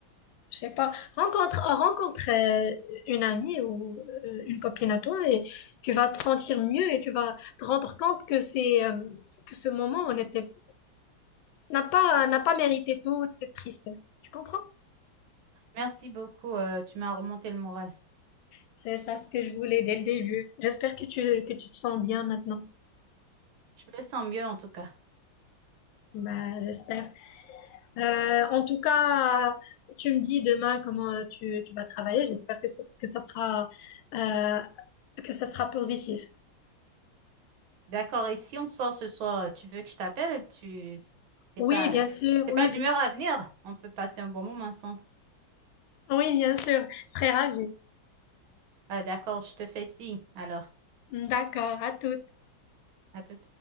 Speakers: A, on the left (about 80°); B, on the right (about 85°).
A: je sais pas, rencontre, rencontre euh, une amie ou euh, une copine à toi et tu vas te sentir mieux et tu vas te rendre compte que c'est euh, que ce moment on était n'a pas n'a pas mérité toute cette tristesse. Tu comprends?
B: Merci beaucoup. euh, tu m'as remonté le moral.
A: C'est ça ce que je voulais dès le début. J'espère que tu que tu te sens bien maintenant.
B: Je me sens mieux en tout cas.
A: Bah, j'espère. Euh, en tout cas, tu me dis demain comment euh, tu, tu vas travailler. J'espère que ce- que ça sera euh, que ça sera positif.
B: D'accord, et si on sort ce soir, tu veux que je t'appelle? Tu... C'est
A: Oui,
B: pas...
A: bien sûr.
B: C'est
A: Oui,
B: pas d'humeur
A: bien
B: à venir. On peut passer un bon moment ensemble.
A: Oui, bien sûr, je serais ravie.
B: Ah, d'accord, je te fais signe. Alors,
A: D'accord, à toutes.
B: à tout.